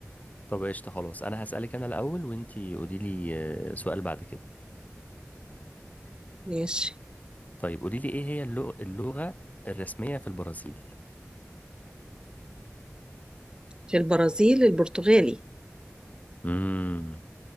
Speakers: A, on the left (about 30°); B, on the right (about 15°).
A: طب قشطه خلاص انا هسالك انا الاول وانتي قولي لي آه، سؤال بعد كده
B: ماشي
A: طيب قولي لي ايه هي اللغ- اللغة الرسمية في البرازيل
B: في البرازيل البرتغالي
A: امم